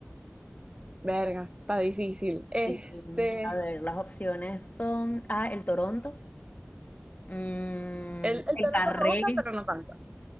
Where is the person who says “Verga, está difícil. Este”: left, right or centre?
Right